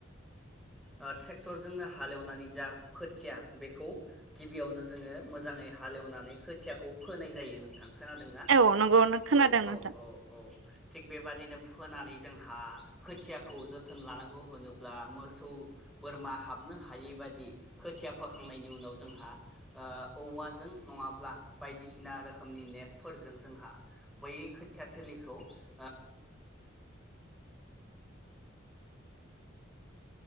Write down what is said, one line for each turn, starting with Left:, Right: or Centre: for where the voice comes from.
Centre: अ ट्रेक्टरजोंनो हालेवनानै जा खोथिया बेखौ गिबियावनो जोङो मोजाङै हालेवनानै खोथियाखौ फोनाय जायो नोंथां खोनादों ना
Right: औ नंगौ खोनादों
Centre: औ
Right: नोंथां
Centre: औ औ औ थिग बेबादिनो फोनानै जोंहा खोथियाखौ जोथोन लानांगौ होनोब्ला मोसौ बोरमा हाबनो हायै बायदि खोथिया फोखांनायनि उनाव जोंहा ओ औवाजों नङाब्ला बायदिसिना रोखोमनि नेटफोरजों जोंहा बै खोथिया थोलिखौ आ